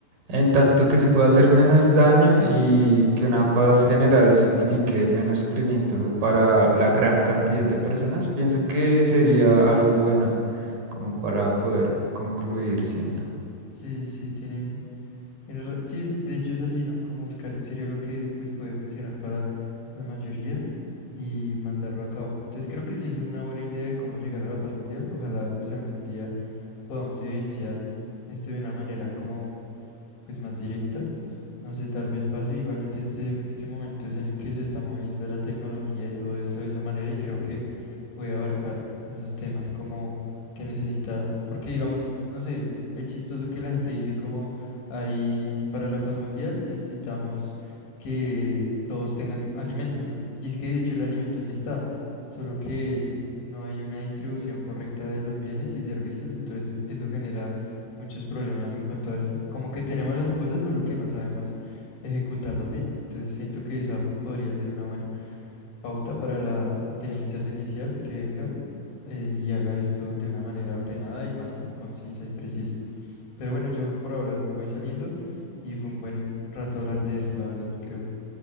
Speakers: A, on the right (about 55°); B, on the left (about 75°).
A: En tanto que se pueda hacer menos daño y que una paz general signifique menos sufrimiento para la gran cantidad de personas, pienso que sería algo bueno como para poder concluir, siento.
B: sí, sí, tiene. Tienes ra- Sí, es, de hecho es así, ¿no? Como buscar en serio lo que pues puede funcionar para la mayoría y mandarlo a cabo. Entonces creo que sí es una buena idea de cómo llegar a la paz mundial. Ojalá pues algún día podamos evidenciar esto de una manera como pues más directa no sé, tal vez pase igualmente este, este momento es en el que se está moviendo la tecnología y todo esto de esa manera y creo que puede abarcar esos temas como que necesita, porque digamos, no sé, es chistoso que la gente dice como ahí para la paz mundial necesitamos que todos tengan alimento y es que de hecho el alimento sí está, solo que no hay una distribución correcta de los bienes y servicios, entonces eso genera muchos problemas en cuanto a eso. Como que tenemos las cosas, solo que no sabemos ejecutarlas bien. Entonces siento que esa podría ser una buena pauta para la inteligencia artificial que venga eh, y haga esto de una manera ordenada y más concisa y precisa. Pero bueno, yo por ahora voy saliendo y fue un buen rato hablar de eso, la verdad, creo.